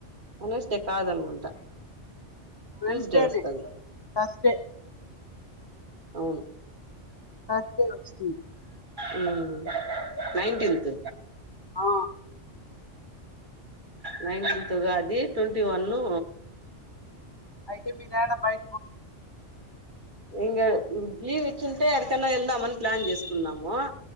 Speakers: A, on the right; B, on the left.
A: వెన్స్ డే కాదనుకుంట ట్యూస్డే
B: వెన్స్డేనే
A: వస్తది
B: థర్స్డే
A: అవును
B: తర్స్డే వచ్చింది
A: ఉమ్ నైన్టీన్త్
B: ఆ
A: నైన్టీన్త్ ఉగాది ట్వంటీ వనూ
B: అయితే మీరాడ బయ
A: ఇంగాడ లీ లీవ్ ఇచ్చింటే యాడికన్న వెళ్దామని ప్లాన్ చేసుకున్నాము